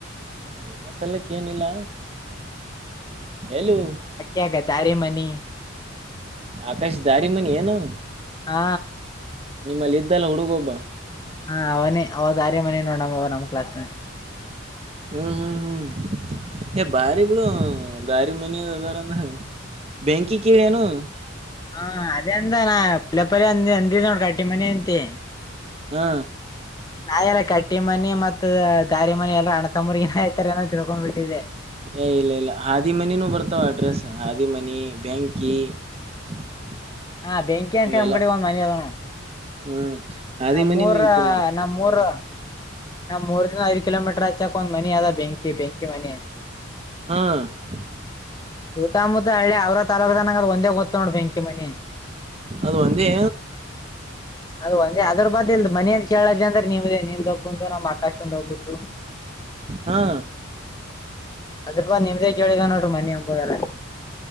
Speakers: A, on the right (about 30°); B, on the left (about 20°).
A: ಫೇಮಸ್ ಅಲ್ಲಕ್ಕ ಏನಿಲ್ಲ ಎಲ್ಲಿ <inaudible>
B: ಹಾಗ ದಾರಿ ಮನಿ
A: ಆಕಾಶ್ ದಾರಿ ಮನೆಿ ಏನು
B: ಹಾ
A: ನಿಮ್ಮಲ್ಲಿ ಇದ್ದಲ್ಲ ಹುಡುಗ ಒಬ್ಬ
B: ಹಾ ಅವನೇ ಅವ್ ಆರ್ಯ ಮನೆಿ ನೋಡಮ ಅವ ನಮ್ಮ ಕ್ಲಾಸ್ ಮೇಟ್
A: ಹ್ಮ್ ಹ್ಮ್ ಹ್ಮ್ ಬಾರಿ ಬಿಡ <inaudible> ಹ ದಾರಿ ಮನಿದ ಅದಾರ ಅಂದ್ರ ಬ್ಯಾಂಕಿೇಳ ಏನು <inaudible>
B: ಹಾ ಅದಂದ ನಾ ಪಲ್ಲಪರಿ ಅಂದ ಅಂದ ನೋಡ್ ಕಟ್ಟಿ ಮನ ಎಂತೆಿ
A: ಹಾ
B: ನಾ ಎಲ್ಲ ಕಟ್ಟಿ ಮನೆ ಮತ್ ದಾರಿ ಮನ ಎಲ್ಲ ಅಣ್ಣ ತಮ್ಮ್ರ ಏನಾಯ್ತಾರೆ ಏನೋ ತಿಳ್ಕೊಂಡ್ ಬಿಿಟ್ಟಿದ್ದೆ
A: ಏ ಇಲ್ಲ ಇಲ್ಲ ಹಾದಿಮನಿನೂ ಬರ್ತಾವ ಅಡ್ರೆಸ್ ಹಿಮನಿ ಬೆ್ಯಾಂಕಿ <inaudible> <inaudible>
B: ಹಾ ಬೆಂಕಿ ಅಂತ
A: ಹಿಂಗೆಲ್ಲ
B: ನಮ್ಮ ಕಡೆ ಒಂದ್ ಮನೆ ಅದನು
A: ಹ್ಮ್ ಹಾದಿ
B: ನಮ್ಮೂರ
A: ಮನಿನೂ ಐತಿ ನನ್
B: ನಮ್ಮೂರ್ <inaudible> ನಾ್ ಮೂರ್ದ ಐದ ಕಿಲೋಮೀಟರ್ ಹಚ್ಚಕಕ್ ಒಂದ ಮನಿ ಅದ ಬೆಂಿ ಬೆಂಕಿ ಮನ ಅ
A: ಹಾ <inaudible>
B: ಸೂತಮುತ್ತತ ಹಳ್ಳಿ ಅವ್ರ ತಾಲೂಕುನ ಒಂದೇಓದ್ ನೋಡ್ ಬೆಂಕಿ ಮಿ
A: ಅದು ಒಂದೇ
B: ಅದು ಒಂದೇ ಅದ್ರ ಬದ ಇಲ್ ಮನೇ ಕೇಳಜ್ ಅಂದ್ರೆ ನೀವು್ದೇ ನಿ <inaudible> ಂದು ನಮ್ಮ್ ಆಕಾ್ ಒಂದು ಹೋಗಬದು
A: ಹಾ
B: ಅದ್ರ ಬಾ ನಿಮ್ದೇ ಕೇಳಿದಾವ ನೋಡ್ರ ಮಿ ಅಂಬಲ್ಲ